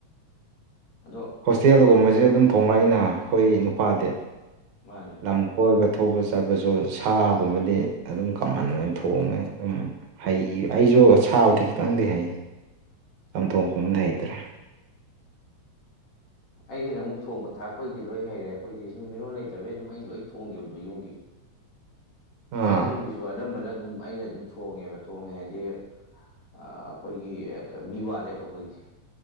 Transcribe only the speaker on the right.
ꯍꯣꯁꯇꯦꯜꯒꯨꯝꯕꯁꯦ ꯑꯗꯨꯝ ꯊꯣꯡꯂꯛꯏꯅ ꯑꯩꯈꯣꯏ ꯅꯨꯄꯥꯗꯤ
ꯂꯝ ꯀꯣꯏꯕ ꯊꯣꯛꯄ ꯆꯠꯄꯁꯨ ꯁꯥꯒꯨꯝꯕꯗꯤ ꯑꯗꯨꯝ ꯀꯃꯟ ꯑꯣꯏꯅ ꯊꯣꯡꯉꯦ ꯑꯗꯨꯝ ꯍꯩ ꯑꯩꯁꯨ ꯁꯥꯕꯗꯤ ꯈꯤꯇꯪꯗꯤ ꯍꯩ ꯆꯝꯊꯣꯡꯒꯨꯝꯕꯗꯤ ꯍꯩꯇ꯭ꯔꯦ
ꯑꯥ